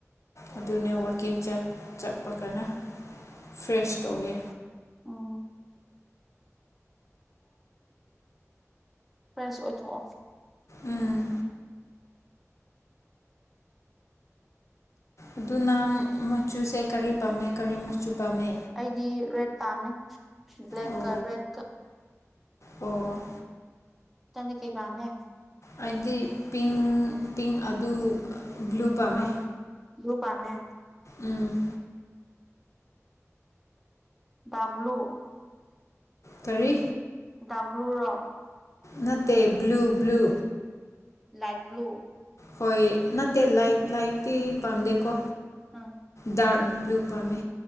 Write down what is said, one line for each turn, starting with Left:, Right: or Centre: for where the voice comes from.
Left: ꯑꯗꯨꯅꯦ ꯋꯛꯀꯤꯡ ꯆꯠ ꯆꯠꯄꯒꯅ ꯐ꯭ꯔꯦꯁ ꯇꯧꯌꯦ
Centre: ꯑꯣ ꯐꯔꯦꯁ ꯑꯣꯏꯊꯣꯛꯑꯣ
Left: ꯎꯝ ꯑꯗꯨꯅꯪ ꯃꯆꯨꯁꯦ ꯀꯔꯤ ꯄꯥꯝꯃꯦ ꯀꯔꯤ ꯃꯆꯨ ꯄꯥꯝꯃꯦ
Centre: ꯑꯩꯗꯤ ꯔꯦꯠ ꯄꯥꯝꯅꯦ ꯕ꯭ꯂꯦꯛꯀ
Left: ꯑꯣ
Centre: ꯔꯦꯠꯀ
Left: ꯑꯣ
Centre: ꯅꯪꯗꯤ ꯀꯩ ꯄꯥꯝꯃꯦ
Left: ꯑꯩꯗꯤ ꯄꯤꯡ ꯄꯤꯡ ꯑꯗꯨ ꯕ꯭ꯂꯨ ꯄꯥꯝꯃꯦ
Centre: ꯑꯥ ꯕ꯭ꯂꯨ ꯄꯥꯝꯃꯦ
Left: ꯎꯝ
Centre: ꯗꯥꯛꯕ꯭ꯂꯨ
Left: ꯀꯔꯤ
Centre: ꯗꯥꯛꯕ꯭ꯂꯨꯔꯣ
Left: ꯅꯠꯇꯦ ꯕ꯭ꯂꯨ ꯕ꯭ꯂꯨ
Centre: ꯂꯥꯏꯠ ꯕ꯭ꯂꯨ
Left: ꯍꯣꯏ ꯅꯠꯇꯦ ꯂꯥꯏ ꯂꯥꯏꯇꯤ ꯄꯥꯝꯗꯦꯀꯣ
Centre: ꯎꯝ
Left: ꯗꯥꯔꯠ ꯂꯨ ꯄꯥꯝꯃꯦ